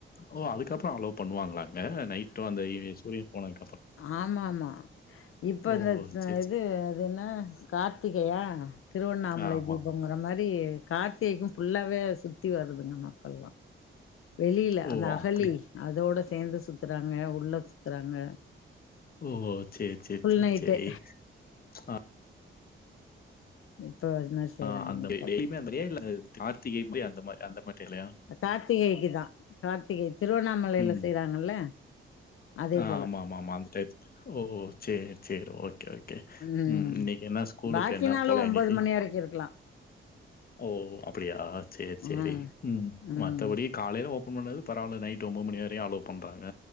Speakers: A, on the left; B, on the left.
A: ஓ அதுக்கப்பறம் அலோ பண்ணுவாங்களா ங்க நைட்டும் அந்த இ சூரியன் போனதுக்
B: ஆமா ஆமா இப்ப
A: ஓ!
B: இந்த
A: சரி, சரி.
B: இது அது என்ன கார்த்திகையா திருவண்ணாமலை
A: ஆமா.
B: தீபங்கற மாரி கார்த்திகைக்கு பஃபுல்லாவே சுத்தி வருதுங்க மக்கள்ல்லாம் வெளில
A: ஓ!
B: அந்த அகலி
A: அப்படி.
B: அதோட சேந்து சுத்துறாங்க உள்ள சுத்றாங்க
A: ஓஹோ சேரி சேரி சேரி
B: நைட்டே
A: சேரி ஆ
B: ம் அது மாரி செய்றாங்க
A: ஆ அந்த
B: மக்கள்
A: டெய்லியுமே அந்த மாரியா இல்ல கார்த்திகை அப்டி அந்த மாரிஅந்த மாரி மாரியா?
B: கார்த்திகைக்குதா கார்த்திகை திருவண்ணாமலைல
A: ம்.
B: செய்றாங்கல்ல அதே
A: ஆ
B: போல
A: ஆமா ஆமா ஆமா அந்த டைப் ஓகோ சேரி சேரி ஓகே ஓகே
B: ம்
A: இன்னைக்கு என்ன ஸ்கூலுக்கு
B: பாக்கினாலும்
A: என்ன போல
B: ஒன்பது
A: இன்னைக்கு?
B: மணி வரைக்கு இருக்கலாம்
A: ஓ அப்டியா சேரி சேரி
B: ஆ
A: உம்
B: ம்
A: மத்தபடி காலைல ஓப் ஓபன் பண்ணது பரவால்ல நைட்டு ஒன்போது மணிய வரை அலோ பண்றாங்க